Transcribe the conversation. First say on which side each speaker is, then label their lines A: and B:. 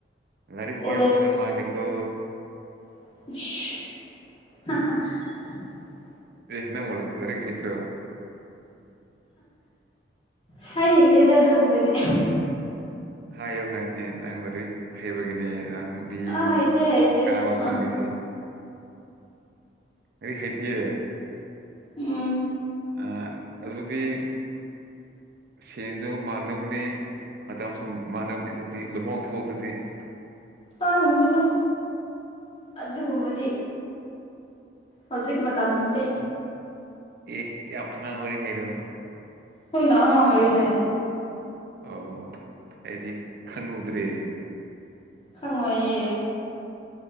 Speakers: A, on the right; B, on the left.
A: ꯂꯥꯏꯔꯤꯛ
B: ꯀꯣꯂꯦꯖ
A: ꯌꯥꯝ ꯐꯩꯕ ꯃꯥꯜꯂꯤꯀꯣ
B: <unintelligible>
A: ꯑꯦ ꯍꯅ ꯃꯣꯜ ꯂꯔꯤꯛ ꯍꯩꯇ꯭꯭ꯔꯣ
B: ꯍꯥꯏꯅꯤꯡꯗꯦꯗ ꯇ ꯀꯕꯗꯤ
A: ꯍꯥꯏꯌꯨ ꯍꯥꯏꯅꯦ ꯅꯪ ꯛ ꯍꯩꯕꯒꯤꯅꯦ ꯑꯔꯥꯡꯕꯤ
B: ꯑ
A: ꯍꯧꯖꯤꯛ
B: ꯍꯩꯇꯦ ꯍꯩꯇꯦ
A: ꯀꯥꯕ ꯐꯪꯗ꯭ꯁꯦ
B: ꯑ
A: ꯑꯩ ꯈꯦꯇꯦ
B: ꯎꯝ
A: ꯑ ꯑꯗꯨꯗꯤ ꯁꯦꯟꯁꯨ ꯃꯥꯟꯅꯕꯅꯤ ꯃꯇꯝꯁꯨ ꯃꯥꯟꯅꯕꯅꯤ ꯑꯗꯨꯗꯤ ꯂꯨꯍꯣꯡꯊꯑ ꯑꯗꯨꯗꯤ <unintelligible>
B: ꯇꯥꯅꯤꯡꯗꯨꯗ ꯑꯗꯨꯒꯨꯝꯕꯗꯤ ꯍꯧꯖꯤꯛ ꯃꯇꯝꯗꯤ ꯅꯠꯇꯦ
A: ꯑꯦ ꯌꯥꯝ ꯑꯉꯥꯡ ꯑꯣꯏꯔꯤ ꯍꯥꯏꯔꯣ
B: ꯍꯣꯏ ꯉꯥꯎ ꯑꯣꯏꯔꯤꯅꯦꯏ
A: ꯑꯣ ꯑꯩꯗꯤ ꯈꯪꯅꯨꯗ꯭ꯔꯦ
B: ꯈꯪꯉꯌꯦꯦ